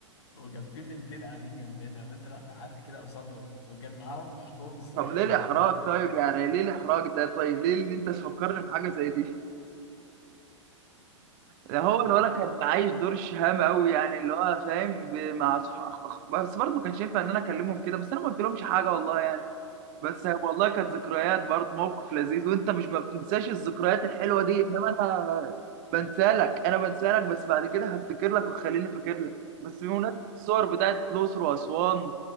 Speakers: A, on the left; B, on the right.
A: وكان في بنتين قاعدين جنبنا وانت رحت قعدت كده قصادهم وكان معاهم اخوهم الصغير
B: طب ليه الاحراج
A: ده
B: طيب يعني ليه الاحراج ده طيب ليه ان انت تفكرني بحاجه زي دي ده هو
A: <laughs>
B: الولد كان عايش دور الشهامه قوي يعني اللي هو فاهم ب- مع صح... أخ- أخ- بس برضه ما كانش ينفع ان انا اكلمهم كده بس انا ما قلت لهمش حاجه والله يعني بس والله كانت ذكريات برضه موقف لذيذ وانت مش ما بتنساش الذكريات الحلوه دي انما انا بنسالك انا بنسالك بس بعد كده هفتكر لك وخليني فاكر لك بس بمناسبه الصور بتاعت الاقصر واسوان